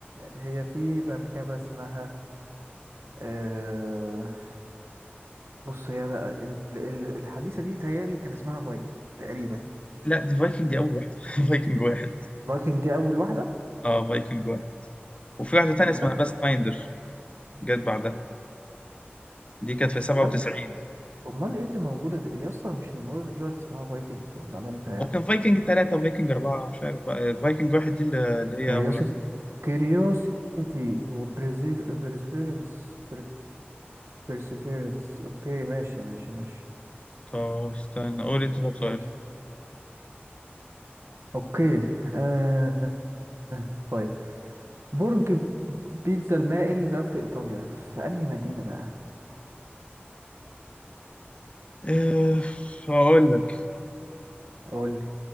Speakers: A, on the right; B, on the left.
A: هي في مركبة اسمها آه، بص هي ال- ال- الحديثة دي متهيألي كان اسمها فايكنج تقريبا
B: لا دي فايكنج دي اول واحده <laughs> فايكنج واحد
A: فايكنج دي أول واحدة
B: اه فايكنج واحد وفي واحده تانيه
A: بجد
B: اسمها باث فايندر جت بعدها دي كانت في 97
A: بجد أمال إيه اللي موجودة دي يا اسطى مش اللي موجودة دلوقتي اسمها فايكنج ولا أنا متهيألي
B: وكان فايكنج ثلاثة وفايكنج أربعة مش عارف بقى آه، فايكنج واحد دي اللي اللي هي
A: كيوريوسيتي
B: أول واحدة
A: كيوريوسيتي وبرزيفيرنس برزيفيرنس أوكي ماشي ماشي ماشي
B: طب استنى قول
A: آه،
B: أنت طب
A: ماشي
B: سؤال
A: أوكي آه، طيب برج بيتزا المائل ده في إيطاليا في أنهي مدينة بقى؟
B: أه هقول لك
A: قول لي